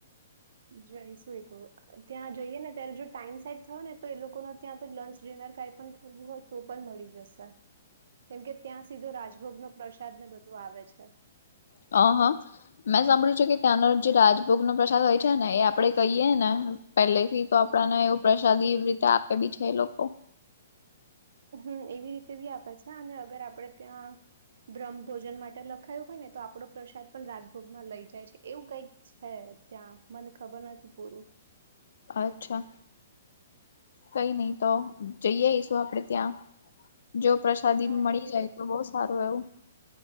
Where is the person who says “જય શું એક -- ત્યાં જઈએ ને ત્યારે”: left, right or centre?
Right